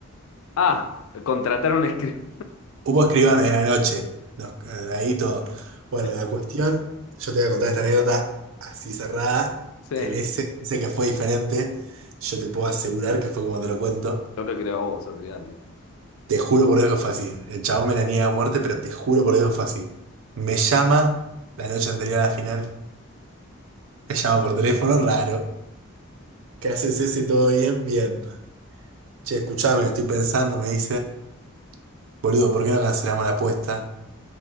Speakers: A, on the left; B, on the right.
A: Ah, contrataron a Scri-
B: Hubo escribano en la noche. Nos- eh, ahí todo. Bueno,
A: <laughs>
B: la cuestión, yo te voy a contar esta anécdota así cerrada.
A: Sí,
B: El S dice que fue diferente. Yo te puedo asegurar que fue como te lo cuento.
A: yo lo creo a vos, olvídate.
B: Te juro por Dios que fue así. El chabón me la niega a muerte, pero te juro por Dios que fue así. Me llama la noche anterior a la final. Me llama por teléfono, raro. ¿Qué haces ese? ¿Todo bien? Bien. Che, escuchame, estoy pensando, me dice. Boludo, ¿por qué no cancelamos la apuesta?